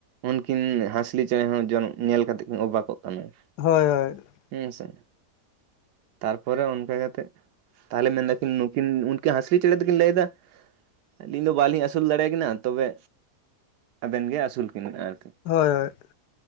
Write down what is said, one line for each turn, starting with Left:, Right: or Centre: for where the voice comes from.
Right: ᱩᱱᱠᱤᱱ ᱦᱟᱸᱥᱞᱤ ᱪᱮᱬᱮ ᱦᱚᱸᱚᱱ ᱧᱮᱞ ᱠᱟᱛᱮᱜ ᱠᱤᱱ ᱚᱵᱠᱚᱜ ᱠᱟᱱᱟ ᱾
Left: ᱦᱳᱭ ᱦᱳᱭ ᱾
Right: ᱦᱮᱸ ᱥᱮ ᱾ ᱛᱟᱨᱯᱚᱨᱮ ᱚᱱᱠᱟ ᱠᱟ ᱠᱟᱛᱮᱫ ᱛᱟᱦᱚᱞᱮ ᱢᱮᱱᱫᱟᱠᱤᱱ ᱱᱩᱠᱤᱱ ᱩᱱᱠᱤᱱ ᱦᱟᱸᱥᱞᱤ ᱪᱮᱬᱮ ᱫᱚᱠᱤᱱ ᱞᱟᱹᱭ ᱮᱫᱟ ᱾ ᱟᱹᱞᱤᱧ ᱫᱚ ᱵᱟᱞᱤᱧ ᱟᱥᱩᱞ ᱫᱟᱲᱮᱭᱟᱠᱤᱱᱟᱹ ᱛᱚᱵᱮ ᱟᱵᱮᱱ ᱜᱮ ᱟᱥᱩᱞ ᱠᱤᱱ ᱢᱮ ᱟᱨᱠᱤ ᱾
Left: ᱦᱳᱭ ᱦᱳᱭ ᱾